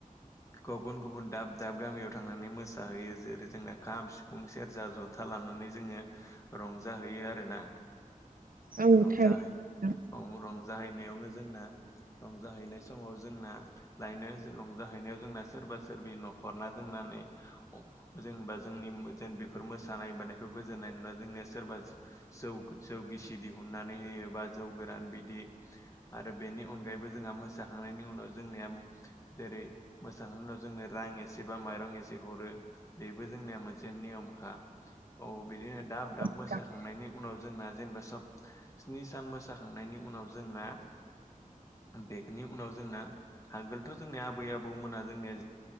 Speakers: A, on the left (about 20°); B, on the right (about 75°).
A: गुबुन गुबुन दाब दाब गामियाव थांनानै मोसाहैयो जेरै जोंना खाम सिफुं सेरजा जथा खोथा लानानै जोङो रंजाहैयो आरोना।
B: औ
A: रंजाहै
B: थारैनो
A: रंजाहैनायावनो जोंना रंजाहैनाय समाव जोंना लायनो रंजाहैनायाव जोंना सोरबा सोरबि न'खरना जोंनानै जेनेबा जोंनि ज बेफोर मोसानाय मानायखौ गोजोननाय नोना जोंनिया सोरबा जौ जौ गिसि दिहुननानै होयो बा जौ गोरान बिदि आरो बेनि अनगायैबो जोंहा मोसाखांनायनि उनाव जोंनिया जेरै मोसानायफोरनो उनाव जोंनो रां एसे बा माइरं एसे हरो। बेबो जोंनिया मोनसे नियमखा औ बिदिनो दाब दाब
B: नोंथां
A: मोसाखांनायनि उनाव जोंना जेनेबा सब स्नि सान मोसाखांनायनि उनाव जोंना बेनि उनाव जोंना आगोलथ' जोंनिया आबै आबौमोना जोंनिया